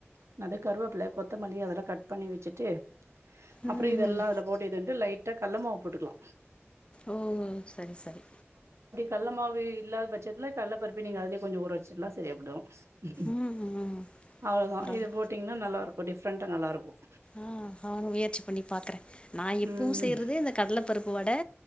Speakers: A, on the right; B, on the left.
A: <unintelligible> கருவேப்பில கொத்தமல்லி அதெல்லா கட் பண்ணி வச்சுட்டு
B: ம்
A: அப்றோ இதெல்லா
B: ம்
A: அதுல போட்டு இது பண்ட்டு லை ட்ட கல்ல மாவு போட்டுக்கலா
B: ஓ சரி சரி
A: கள்ள மாவு இல்லாத பட்சத்துல கள்ள பருப்பே நீங்க அதலே கொஞ்சம் ஊற வச்சுட்லாம் சரியப் போயிடு
B: ம் ம்
A: அவ்வளோதான்
B: பரவால்ல
A: இது போட் நல்லா இருக்கும் டிஃப்ரண்டா நல்லா இருக்கும்
B: ஆஹ் நானு முயற்சி பண்ணி பாக்குறேன் நான் எப்பவும்
A: ம்
B: செய்யறது இந்த கடல பருப்பு வடை